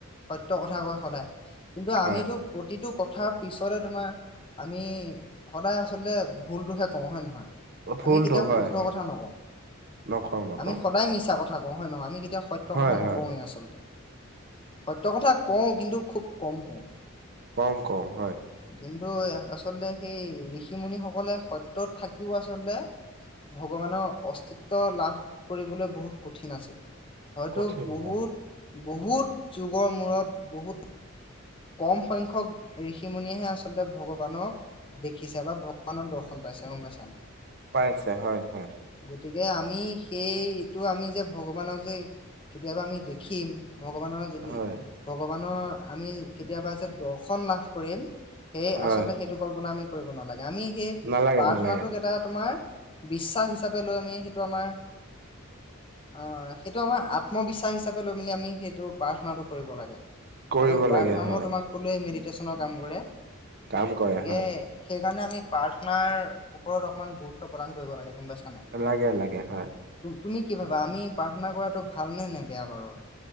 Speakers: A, on the left (about 25°); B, on the right (about 50°).
A: সত্য কথা কয় সদায়। কিন্তু
B: হয়
A: আমিতো প্ৰতি। এইটো কথাৰ পিছৰে তোমাৰ, আমি সদায় আচলতে ভুলটোহে কওঁ হয় নে নহয়।
B: ভুলটো
A: আমি কেতিয়াও
B: হয়
A: শুদ্ধ
B: হয়
A: কথা নকওঁ,
B: নকওঁ নকওঁ
A: আমি সদায় মিছা কথা কওঁ হয় নহয়? আমি কেতিয়া এতিয়া সত্য
B: হয়
A: কথা নকওঁ
B: হয়
A: এই আচলতে। সত্য কথা কওঁ কিন্তু, খুব কম কওঁ।
B: কম কও হয়।
A: কিন্তু আচলতে, সেই ঋষিমুনিসকলে সত্যত থাকিওঁ আচলতে। ভগৱানৰ অস্তিত্ব লাভ কৰিবলৈ বহুত কঠিন আছিল। হয়তো
B: কঠিন
A: বহুত
B: হয়
A: বহুত যুগৰ মূৰত বহুত কম সংখ্যক ঋষি মুনিয়েহে আচলতে ভগৱানক দেখিছে বা ভগৱানৰ দৰ্শন পাইছে, গম পাইছা নাই।
B: পাইছে। হয়, হয়।
A: গতিকে, আমি সেইটো আমি যে ভগৱানক যে, কেতিয়াবা আমি দেখিম। ভগৱানৰ যদি,
B: হয়
A: ভগৱানৰ আমি কেতিয়াবা যে দৰ্শন লাভ কৰিম। সেই
B: হয়
A: আচলতে সেইটো কল্পনা আমি কৰিব নালাগে, আমি সেই
B: নালাগে
A: প্ৰাৰ্থনাটোক
B: নালাগে
A: এটা তোমাৰ। বিশ্বাস হিচাপে লৈ, আমি সেইটো আমাৰ। অহ' সেইটো আমাৰ আত্মবিশ্বাস হিচাপে লৈ মেলি আমি সেইটো, প্ৰাৰ্থনাটো কৰিব লাগে।
B: কৰিব
A: আৰু প্ৰাৰ্থনা
B: লাগে।
A: মই
B: হয়
A: তোমাক কলোএই মেডিটৈচনৰ কাম কৰে।
B: কাম কৰে
A: গতিকে
B: হয়
A: সেই সেইকাৰণে আমি প্ৰাৰ্থনাৰ, ওপৰত অকণমান গুৰুত্ব প্ৰদান কৰিব লাগে। গম পাইছা নাই
B: লাগে, লাগে হয়।
A: তুমি কি ভাবা, আমি প্ৰাৰ্থনা কৰাটো ভালনে নে বেয়া বাৰু।